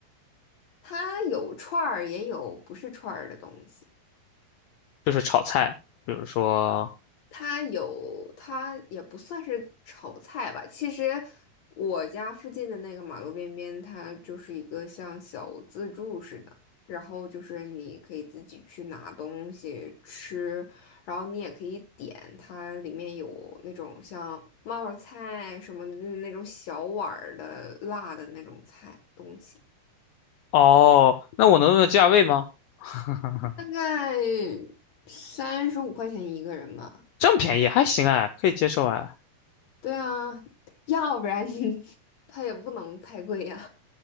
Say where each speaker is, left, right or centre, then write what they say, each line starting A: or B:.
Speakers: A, on the left; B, on the left.
A: 它有串儿，也有不是串儿的东西。
B: 就是炒菜，比如说，
A: 它有，它也不算是炒菜吧。其实我家附近的那个马路边边，它就是一个像小自助似的，然后就是你可以自己去拿东西吃，然后你也可以点，它里面有那种像冒泡菜什么的，就是那种小碗儿的辣的那种菜东西，
B: 哦，那我能问问价位吗？<laughs>
A: 大概三十五块钱一个人吧。
B: 这么便宜，还行哎，可以接受哎。
A: 对啊，要不然你 <laughs> 它也不能太贵呀、